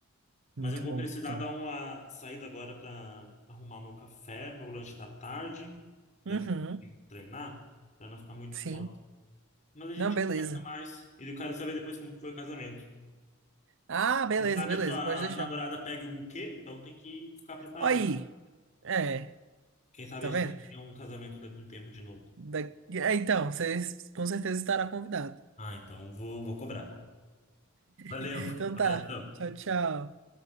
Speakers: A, on the right (about 60°); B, on the left (about 35°).
A: Muito
B: Mas eu vou
A: bom,
B: precisar
A: então.
B: dar uma saída agora para arrumar meu café, meu lanche da tarde. Daqui
A: Uhum,
B: a pouco eu tenho que treinar, para não ficar muito
A: sim.
B: pronto. Mas a gente
A: Não, beleza.
B: conversa mais. E eu quero saber depois como que foi o casamento.
A: Ah, beleza,
B: Quem sabe
A: beleza,
B: a tua
A: pode deixar.
B: namorada pega o buquê, então tem que ficar preparado.
A: Aí. É,
B: Quem sabe
A: tá
B: a gente
A: vendo?
B: tenha um casamento daqui a um tempo de novo.
A: Da- é, Então, vocês com certeza estará convidado.
B: Ah, então vou, vou cobrar. Valeu,
A: <laughs>
B: <laughs>
A: Então
B: abração.
A: tá. Tchau, tchau.